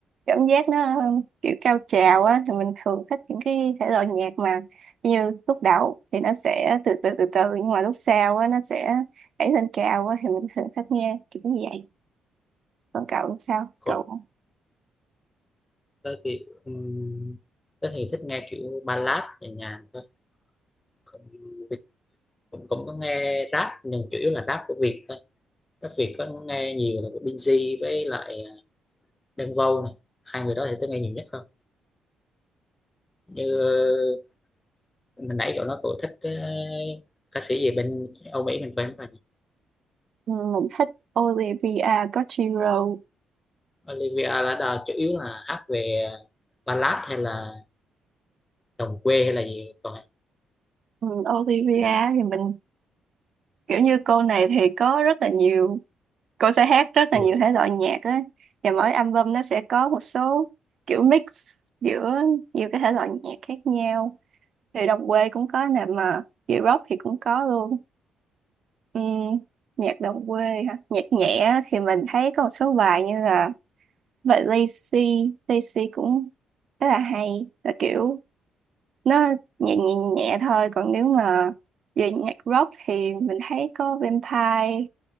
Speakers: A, on the right; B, on the left.
A: cảm giác nó kiểu cao trào á thì mình thường thích những cái thể loại nhạc mà như lúc đầu thì nó sẽ từ từ từ từ nhưng mà lúc sau á nó sẽ đẩy lên cao á thì mình thường thích nghe kiểu như vậy còn cậu sao
B: có
A: cậu
B: tớ thì um, tớ thì thích nghe kiểu ballad nhẹ nhàng thôi cũng, cũng, cũng có nghe rap nhưng chủ yếu là rap của Việt thôi rap Việt có nghe nhiều là của Binz với lại Đen Vâu này hai người đó thì tớ nghe nhiều nhất thôi như mình nãy cậu nói cậu thích ờ, ca sĩ gì bên Âu Mỹ mình quên rồi nhỉ
A: Ừ, mình thích Olivia Rodrigo
B: Olivia Ladar chủ yếu là hát về ballad hay là đồng quê hay là gì còn
A: Ừ, Olivia thì mình kiểu như cô này thì có rất là nhiều cô sẽ hát rất là
B: du
A: nhiều
B: lịch?
A: thể loại nhạc á và mỗi album nó sẽ có một số kiểu mix giữa nhiều cái thể loại nhạc khác nhau thì đồng quê cũng có nè mà chị rock thì cũng có luôn Ừm, nhạc đồng quê hả nhạc nhẹ á thì mình thấy có một số bài như là vậy Lazy Lazy cũng rất là hay là kiểu nó nhẹ nhẹ nhẹ nhẹ thôi còn nếu mà về nhạc rock thì mình thấy có Vampire